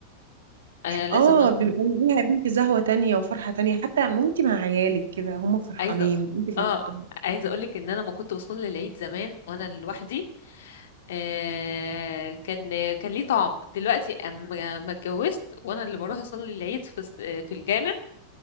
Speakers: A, on the left (about 60°); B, on the right (about 60°).
A: انا لازم
B: اه
A: أ-
B: بيبقى ليها يا بنتي زهوة تانية وفرحة تانية حتى وانتي مع عيالك كده هم فرحانين
A: عايزه
B: انتي فرحانة
A: اه عايزه اقولك ان انا ما كنت بصلي العيد زمان وانا لوحدي آه كان كان ليه طعم دلوقتي اما ما اتجوزت وانا اللي بروح اصلي العيد في الس- في الجامع